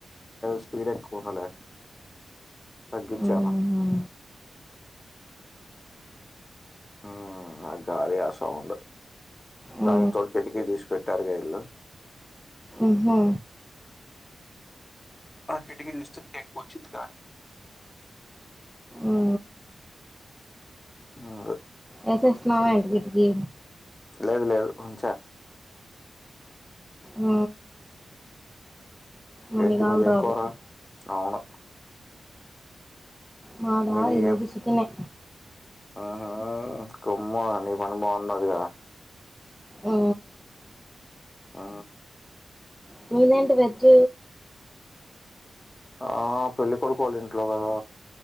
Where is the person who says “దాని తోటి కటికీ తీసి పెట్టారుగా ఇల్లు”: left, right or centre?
Left